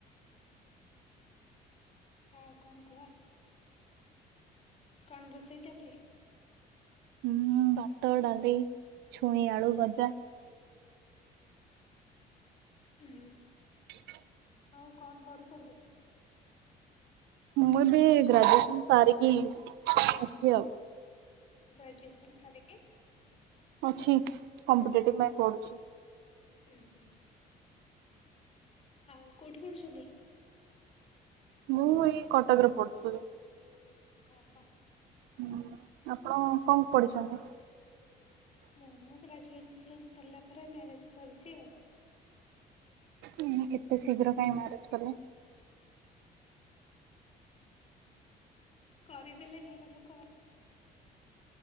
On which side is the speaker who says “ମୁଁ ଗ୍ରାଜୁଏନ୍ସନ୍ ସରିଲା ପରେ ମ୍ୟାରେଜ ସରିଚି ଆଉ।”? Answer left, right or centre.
Left